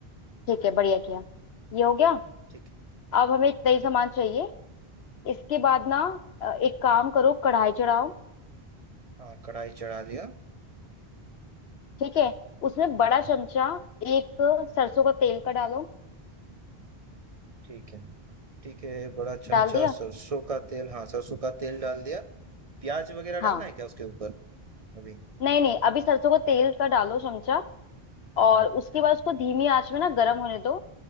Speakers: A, on the left (about 80°); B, on the right (about 40°).
A: ठीक है बढ़िया किया ये हो गया
B: ठीक है हाँ
A: अब हमें इतना ही सामान चाहिए इसके बाद ना अ, एक काम करो कढ़ाई चढ़ाओ
B: हाँ कढ़ाई चढ़ा लिया
A: ठीक है उसमें बड़ा
B: हाँ
A: चमचा एक सरसों का तेल का डालो
B: ठीक है ठीक है बड़ा चमचा
A: डाल दिया
B: सरसों का तेल हाँ सरसों का तेल डाल दिया प्याज वगैरह डालना
A: हाँ
B: है क्या उसके ऊपर अभी
A: नहीं नहीं अभी सरसों का तेल का डालो चमचा
B: हाँ
A: और
B: हाँ
A: उसके बाद उसको धीमी आंच में ना गर्म होने दो